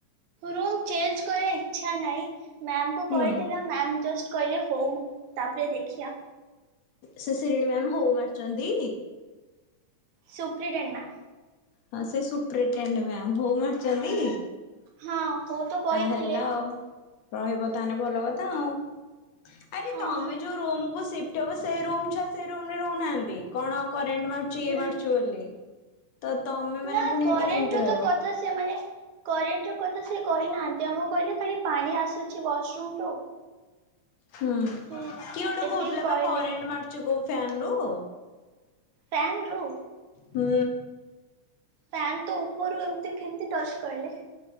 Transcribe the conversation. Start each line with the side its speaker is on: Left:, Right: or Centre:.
Right: ରୁମ୍ ଚେଞ୍ଜ କରିବା ଇଚ୍ଛା ନାହିଁ ମ୍ୟାମକୁ
Left: ହୁଁ
Right: କହିଥିଲା ମ୍ୟାମ ଜଷ୍ଟ କହିଲେ ହଉ ତାପରେ ଦେଖିବା।
Left: ସେ ଶିରିଣୀ ମ୍ୟାମ ହଉ ମାରିଛନ୍ତି।
Right: ସୁପ୍ରିଡିନ୍ ମ୍ୟାମ୍।
Left: ହଁ ସେ ସୁପ୍ରିକ୍ୟାଣ୍ଡ ମ୍ୟାମ୍ ହଉ ମାରିଛନ୍ତି?
Right: ହଁ। ହଉ ତ କହିଥିଲେ
Left: ଆ ହେଲା ଆଉ ରହିବ ତାହେଲେ ଭଲ କଥା ଆଉ। ଆରେ
Right: ହଁ
Left: ତମେ ଯୋଉ ରୁମକୁ ସିଫ୍ଟ ଫ୍ଟ ହେବ ସେ ରୁ ଛୁଆ ସେ ରୁମରେ ରହୁନାହାନ୍ତି କଣ କରେଣ୍ଟ ମାରୁଛି
Right: ନା
Left: ମାରୁଛି ବୋଲି। ତ ତମେ ମାନେ
Right: ନା
Left: ପୁଣି
Right: କରେଣ୍ଟ
Left: ଏଠି କେମିତି
Right: ର
Left: ରହିବ?
Right: କଥା ତ ସେମାନେ କରେଣ୍ଟ ର କଥା ସେ କହିନାହାନ୍ତି ଆମକୁ କହିଲେ ଖାଲି ପାଣି ଆସୁଛି ୱଶରୁମ ରୁ
Left: ହୁଁ କିଏ
Right: ସେ
Left: ଗୋଟେ କହୁଥିଲା
Right: ଏତିକି କହିଲେ
Left: ବା କରେଣ୍ଟ ମାରୁଚି କୋଉ ଫ୍ୟାନରୁୁ
Right: ଫ୍ୟାନରୁ
Left: ହୁଁ।
Right: ଫ୍ୟାନ ତ ଉପରୁ ଏମିତି କେମତି ଟଚ କହିଲେ?